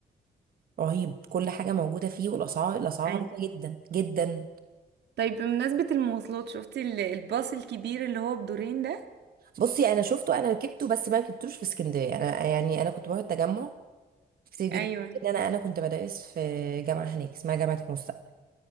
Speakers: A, on the right (about 60°); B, on the right (about 85°).
A: رهيب كل حاجة موجودة فيه والاسعار الاسعار
B: ايوه
A: عبيطة جدا جدا
B: طيب بمناسبة المواصلات شفتي ال- الباص الكبير اللي هو بدورين ده
A: بصي انا شفته انا ركبته بس ما ركبتوش في اسكندرية انا يعني انا كنت بروح التجمع كتير جدا
B: ايوه
A: لأن انا انا كنت بدرس في جامعة هناك اسمها جامعة المستقبل